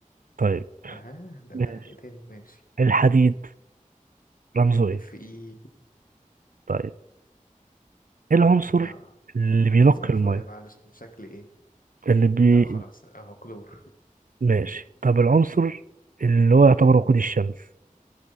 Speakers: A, on the right (about 75°); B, on the left (about 80°).
A: طيب
B: اها ده
A: ماشي
B: انت لحقتني ماشي
A: الحديد رمزه ايه؟
B: اف اي
A: طيب ايه العنصر
B: اه
A: اللي بينقي
B: ما تصعب شويه
A: المية
B: بقى علشان شكل ايه
A: اللي بي...
B: لا خلاص اهو كلور
A: ماشي طب العنصر اللي هو يعتبر وقود الشمس